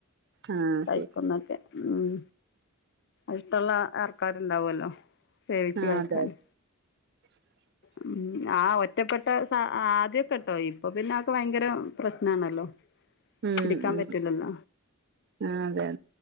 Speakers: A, on the right; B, on the left.
A: ആഹ്
B: കഴ്ക്കുന്നൊക്കെ
A: ശരി
B: ഉം ഇഷ്ട്ടുള്ള ആർ. ആൾക്കാര്ണ്ടാവല്ലൊ സേവിച്ച്
A: ആഹ്
B: കഴിക്കാന്.
A: അതെ <inaudible>
B: ഉം ആഹ് ഒറ്റപ്പെട്ട ആദ്യൊക്കട്ടോ ഇപ്പൊ പിന്നെ അതൊക്ക ഭയങ്കര പ്രശ്നാണല്ലൊ.
A: ഉം
B: പിടിക്കാൻ
A: ഉം
B: പറ്റൂലല്ല.
A: ആഹ് അതെ